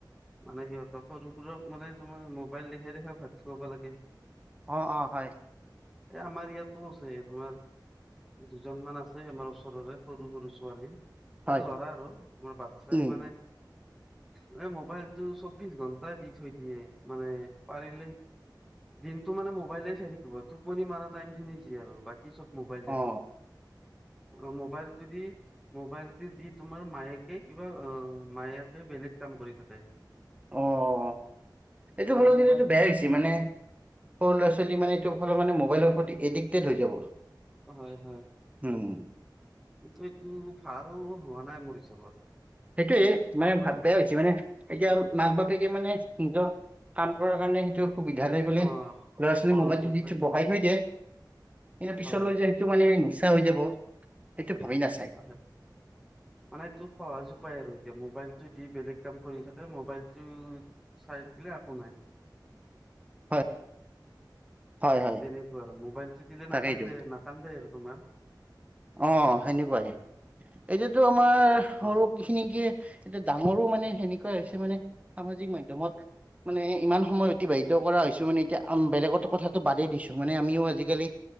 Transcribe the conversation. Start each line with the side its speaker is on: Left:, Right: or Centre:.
Centre: মানে সিহঁতক সৰুবোৰক মানে তোমাৰ মোবাইল দেখাই দেখাই ভাত খুৱাব লাগে।
Right: অ অ হয়
Centre: এ, আমাৰ ইয়াতো আছে তোমাৰ দুজনমান আছে আমাৰ ওচৰৰে সৰু সৰু পোৱালি,
Right: হয়
Centre: এই ল'ৰা আৰু তোমাৰ বাচ্ছা
Right: উম
Centre: মানে মানে মোবাইলটো চৌবিশ ঘন্টাই দি থৈ দিয়ে মানে পাৰিলে দিনটো মানে মোবাইলেই চাই থাকিব, টোপনি মাৰা টাইমখিনি যি আৰু বাকী কি চব মোবাইলেই
Right: অ
Centre: অ' মোবাইল যদি মোবাইলটো দি তোমাৰ মায়েকে কিবা মায়েকে বেলেগ কাম কৰি থাকে।
Right: অ' এইটো
Centre: মানে
Right: হলে
Centre: মোবাইল
Right: কিন্তু এইটো বেয়া হৈছে। যিমানে সৰু ল'ৰা ছোৱালী মানে এইটো ফালৰ মানে মোবাইলৰ প্ৰতি এডিক্টেড হৈ যাব।
Centre: হয় হয়।
Right: হুম।
Centre: কিন্তু এইটো ভাল হোৱা নাই মোৰ হিচাপত।
Right: সেইটোৱেইে মানে
Centre: কথা
Right: ভাত বেয়া হৈছে মানে। এতিয়া মাক বাপেকে মানে নিজৰ কাম কৰাৰ কাৰণে সেইটো সুবিধা লৈ বোলে
Centre: অ
Right: ল'ৰা ছােৱালীক
Centre: সহজ
Right: মুবাইলটো
Centre: উপায়
Right: দি বহাই থৈ দিয়ে। এ, পিছলৈ
Centre: হয়
Right: যে সেইটো মানে নিচা হৈ যাব সেইটো ভাবি নাচায়।
Centre: হয়, মানে তোৰ সহজ উপায় আৰু এতিয়া, মোবাইলটো দি বেলেগ কাম কৰি থাকে, মোবাইলটো চাই থাকিলে একো নাই।
Right: হয়। হয় হয়।
Centre: তেনেকুৱা আৰু মোবাইলটো দিলে নাকান্দে,
Right: তাকেইতো
Centre: নাকান্দে আৰু তোমাৰ।
Right: অ' সেনেকুৱাই। এতিয়াতো আমাৰ সৰু
Centre: অ
Right: খিনিকে এটা ডাঙৰো মানে সেনেকুৱা হৈছে মানে সামাজিক মাধ্যমত মানে ইমান সময় অতিবাহিত কৰা হৈছোঁ মানে এতিয়া বেলেগত কথাটো বাদেই দিছোঁ মানে আমিও আজিকালি